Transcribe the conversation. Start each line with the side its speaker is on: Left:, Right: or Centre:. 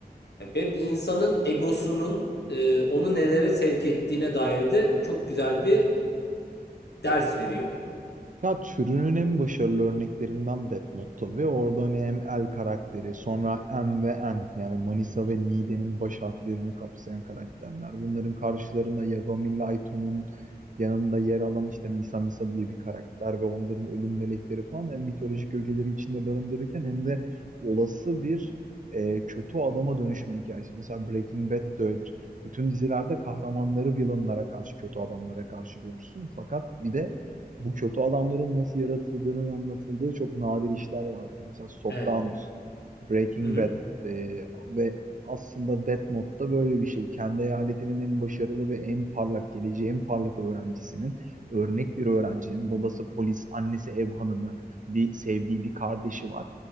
Left: Yani Ve bir insanın egosunun e, onu nelere sevk ettiğine dair de çok güzel bir ders veriyor.
Right: Ya türünün en başarılı örneklerinden Death Note tabii. Orada hani hem El karakteri, sonra M ve N yani Manisa ve Nide'nin baş harflerini kapsayan karakterler. Bunların karşılarında Yagami Laito'nun yanında yer alan işte Misa Misa diye bir karakter ve onların ölüm melekleri falan hem mitolojik ögeleri içinde barındırırken hem de olası bir e, kötü adama dönüşümü hikayesi. Mesela Breaking Bad de öyledir. Bütün dizilerde kahramanları villainlara karşı, kötü adamlara karşı görürsün. Fakat bir de bu kötü adamların nasıl yaratıldığının anlatıldığı çok nadir işler vardır. Mesela Sopranos,
Left: Evet.
Right: Breaking
Left: Hı hı.
Right: Bad e, ve aslında Death Note'da böyle bir şey. Kendi eyaletinin en başarılı ve en parlak geleceği, en parlak öğrencisinin, örnek bir öğrencinin babası polis, annesi ev hanımı, bir sevdiği bir kardeşi var.